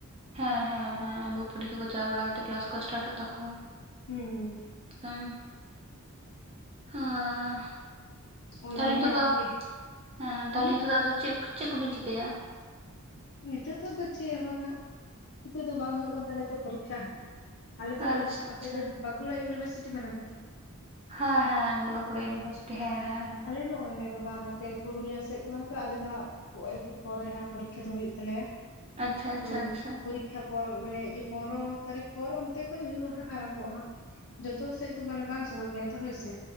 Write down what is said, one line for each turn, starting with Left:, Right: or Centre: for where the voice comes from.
Right: ᱦᱮᱸ ᱦᱮᱸ ᱦᱮᱸ ᱟᱵᱚ ᱯᱚᱨᱤᱠᱠᱷᱟ ᱠᱚ ᱪᱟᱵᱟ ᱵᱟᱲᱟ ᱠᱟᱛᱮᱜ ᱠᱞᱟᱥ ᱠᱚ ᱥᱴᱟᱴᱚᱜ ᱛᱟᱠᱚᱣᱟ
Left: ᱦᱩᱸ ᱦᱩᱸ
Right: ᱦᱮᱸ ᱦᱟᱸ
Left: ᱚᱱᱟᱜᱮ
Right: ᱛᱟᱦᱞᱮ ᱱᱤᱛᱳᱜ ᱫᱚ
Left: ᱦᱟᱯᱮ
Right: ᱦᱮᱸ
Left: ᱦᱩᱸ
Right: ᱛᱟᱞᱦᱮ ᱱᱤᱛᱳᱜ ᱫᱚ ᱟᱫᱚ ᱪᱮᱫ ᱪᱮᱫ ᱠᱚ ᱵᱤᱱ ᱪᱤᱠᱟᱹᱭᱟ
Left: ᱱᱤᱛᱳ ᱫᱚ ᱫᱚ ᱪᱮᱫ ᱦᱚᱸ ᱵᱟᱝᱟ ᱱᱤᱛᱚᱜ ᱫᱚ ᱵᱟᱝ ᱦᱩᱭᱩᱜ ᱠᱟᱱ ᱛᱟᱞᱮᱭᱟ ᱛᱚ ᱯᱚᱨᱤᱠᱠᱷᱟ ᱟᱞᱮ ᱫᱚ
Right: ᱟᱪᱪᱷᱟ
Left: ᱟᱯᱮ
Right: ᱟᱪᱪᱷᱟ
Left: ᱫᱚ ᱵᱟᱸᱠᱩᱲᱟ ᱤᱭᱩᱱᱤᱵᱷᱟᱨᱥᱤᱴᱤ <unintelligible>
Right: ᱦᱮᱸ ᱦᱮᱸ ᱵᱟᱸᱠᱩᱲᱟ ᱤᱭᱩᱱᱤᱵᱷᱟᱨᱥᱤᱴᱤ ᱦᱮᱸ ᱦᱮᱸ ᱦᱮᱸᱼᱼ
Left: <unintelligible> ᱚᱸᱰᱮ ᱫᱚᱼᱼ <unintelligible> ᱱᱟᱛᱮ ᱯᱩᱨᱩᱞᱤᱭᱟᱹ ᱥᱮᱫ ᱠᱟᱱᱟ ᱛᱚ ᱟᱞᱮ ᱫᱚ ᱦᱟᱸᱜ ᱮᱠᱴᱩ ᱯᱚᱨᱮ ᱦᱟᱸᱜ ᱯᱚᱨᱤᱠᱠᱷᱟ ᱫᱚ ᱦᱩᱭᱩᱜ ᱛᱟᱞᱮᱭᱟ
Right: ᱟᱪᱪᱷᱟ ᱟᱪᱪᱷᱟ
Left: ᱦᱳᱭ
Right: ᱟᱪᱪᱷᱟ
Left: ᱯᱚᱨᱤᱠᱼᱼ ᱠᱠᱷᱟ ᱯᱚᱨ ᱢᱟᱱᱮ ᱤᱭᱟᱹ ᱯᱚᱱᱨᱚ ᱛᱟᱹᱨᱤᱠᱷ ᱯᱚᱨ ᱚᱱᱛᱮ ᱠᱷᱚᱡ ᱦᱩᱭᱩᱜᱼᱟ ᱦᱟᱸᱜ ᱟᱨᱟᱢᱵᱷᱚᱜᱼᱟ ᱦᱟᱸᱜ ᱡᱚᱛᱚ ᱥᱮᱫ ᱫᱚ ᱢᱟᱱᱮ ᱵᱟᱝ ᱥᱚᱢᱟᱱ ᱜᱮᱭᱟ ᱛᱚ ᱦᱳᱭᱥᱮ